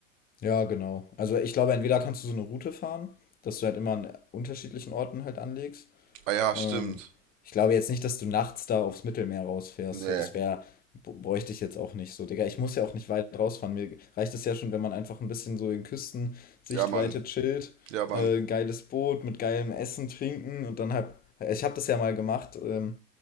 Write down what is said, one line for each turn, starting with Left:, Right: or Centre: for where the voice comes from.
Left: Ja, genau. Also ich glaube, entweder kannst du so eine Route fahren, dass du halt immer an unterschiedlichen Orten halt anlegst.
Right: Ah ja,
Left: Ähm,
Right: stimmt.
Left: ich glaube jetzt nicht, dass du nachts da aufs Mittelmeer rausfährst.
Right: Nee.
Left: So, das wäre, bräuchte ich jetzt auch nicht so. Digga, ich muss ja auch nicht weit rausfahren. Mir reicht es ja schon, wenn man einfach ein bisschen so in Küstensichtweite
Right: Ja, Mann.
Left: chillt,
Right: Ja, Mann.
Left: äh, geiles Boot mit geilem Essen, Trinken und dann halt, ich habe das ja mal gemacht, ähm,